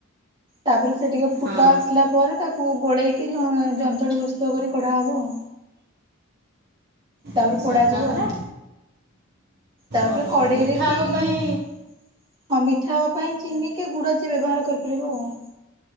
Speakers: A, on the right; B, on the right.
A: ତାପରେ ସେ ଟିକେ ଫୁଟା
B: ହଁ।
A: ଆସିଲା ପରେ ତାକୁ ଗୋଳେଇକି ଯନ୍ତୁଆଣୀ ଜୋସ୍ ତା ପରେ କଢା ହବ। ତାପରେ
B: ଆଚ୍ଛା
A: ପୋଡା ଯିବ।
B: ତାପରେ
A: ତାପରେ
B: ଓହୋ
A: କଢେଇରେ
B: ମିଠା
A: କିି
B: ହେବା ପାଇଁ
A: ହଁ ମିଠା ହବା ପାଇଁ ଚିନି କି ଗୁଡ ଯିଏ ବ୍ୟବହାର କରିପାରିବ ଆଉ।